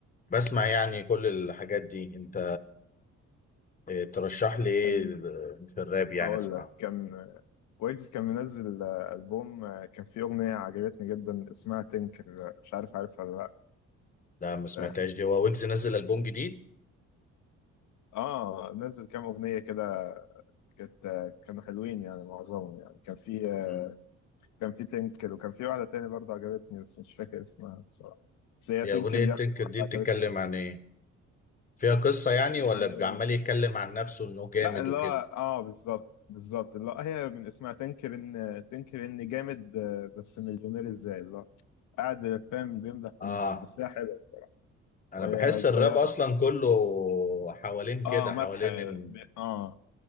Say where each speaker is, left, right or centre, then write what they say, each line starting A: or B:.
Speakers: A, on the left (about 25°); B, on the left (about 75°).
A: بسمع يعني كل الحاجات دي انت آه، ترشح لي ايه
B: كان
A: في الراب يعني
B: هقول
A: اسمع
B: لك كان ويجز كان منزل آه، ألبوم آه، كان فيه أغنية عجبتني جدا اسمها تنكر مش عارف عارفها ولا لأ
A: لا ما سمعتهاش
B: آه
A: دي هو ويجز نزل البوم جديد
B: آه، نزل كام أغنية كده كانت آه، كانوا حلوين يعني معظمهم يعني كان فيه آه،
A: مم.
B: كان فيه تنكر وكان فيه واحدة تانية برضه عجبتني بس مش فاكر اسمها بصراحة بس هي
A: دي
B: تنكر
A: اغنيه
B: دي
A: تنكر
B: أكتر واحدة
A: دي بتتكلم
B: عجبتني
A: عن ايه فيها قصة يعني
B: يعني
A: ولا بيبقى
B: والله
A: عمال يتكلم عن نفسه انه جامد
B: لا اللي
A: وكده
B: هو اه بالظبط بالظبط اللي هو هي من اسمها تنكر ان تنكر ان جامد آه، بس مليونير ازاي اللي هو قاعد فاهم بيمدح في
A: اه
B: نفسه بس هي حلوه بصراحه
A: انا
B: وهي
A: بحس
B: صغيره
A: الراب اصلا
B: برضه
A: كله حوالين كده
B: اه مدح
A: حوالين ان
B: بي... اه